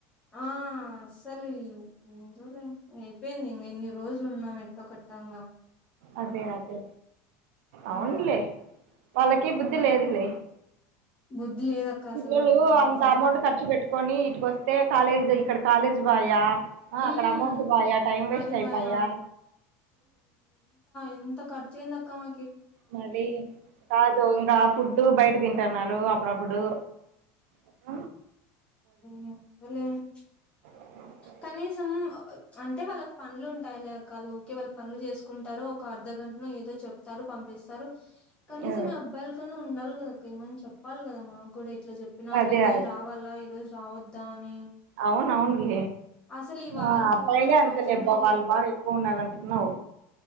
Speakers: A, on the left (about 15°); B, on the right (about 70°).
A: ఆ అసలు ఎందోలె, అయిపోయింద ఇంగా ఇన్ని రోజులున్నాం. కట్టాంగ్
B: అదే అదే అవునులే,
A: ఆ
B: వాళ్ళకి బుద్ధి లేదులే.
A: బుద్ధి లేదక్క అసలు
B: పిల్లలు
A: వాళ్ళకి
B: అంత
A: నిజంగా
B: అమౌంట్ ఖర్చు పెట్టుకొని, ఇటుకొస్తే కాలేజీ ఇక్కడ కాలేజ్ బాయా,
A: హ్మ్
B: అక్కడ అమౌంట్ బాయా, టైమ్ వేస్ట్
A: అది
B: అయిపోయా.
A: భయ ఇంత ఖర్చు అయింది. అక్క మా
B: మరి కాదు, ఇంగా ఫుడ్ బయట తింటున్నారు. అప్పుడప్పుడు స్
A: మ్ ఓలే చ్
B: అ
A: కనీసం అంటే, వాళ్ళకి పనులు ఉంటాయి. లే కాదు ఓకే వాళ్ళు పనులు చేసుకుంటారు. ఒక అర్ధగంట ఏదో చెప్తారు. పంపిస్తారు కనీసం
B: ఆ,
A: మీ అబ్బాయిల కన్నా ఉండాలి. కదా ఇ ఏమన్నా చెప్పాలి. కదా మాకు కూడా ఇట్లా చెప్పినారు.
B: అదే
A: ఈ రోజు రావాలా, ఈ రోజు రావద్దా అని.
B: అవునవును.
A: అసలు ఈ వారం
B: ఆ అబ్బాయిలే
A: పోవాల్సిన
B: అంత
A: అవసరమే
B: లేబ్బా, వాళ్ళు
A: లేదు
B: బాగా ఎక్కువ ఉన్నరటున్నావ్.